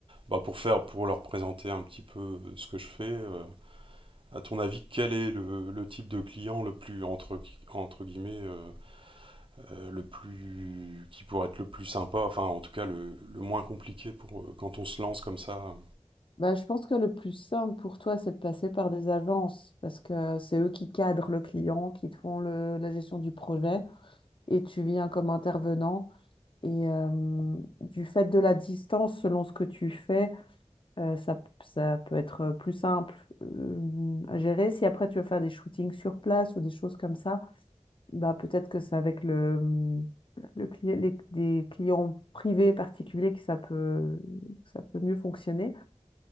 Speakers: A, on the right; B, on the left.
A: bah, pour faire, pour leur présenter un petit peu euh, ce que je fais. euh. À ton avis, quel est le, le type de client le plus entre gui- entre guillemets euh, euh, le plus qui pourrait être le plus sympa, enfin en tout cas le, le moins compliqué pour euh, quand on se lance comme ça. euh?
B: bah, je pense que le plus simple pour toi, c'est de passer par des agences parce que c'est eux qui cadrent le client, qui te font le- la gestion du projet et tu viens comme intervenant. Et euh, du fait de la distance, selon ce que tu fais, Euh, ça, ça peut être plus simple euh, à gérer. Si après tu veux faire des shootings sur place ou des choses comme ça, bah peut-être que c'est avec le, mmh, le cli- les, des clients privés particuliers que ça peut, que ça peut mieux fonctionner.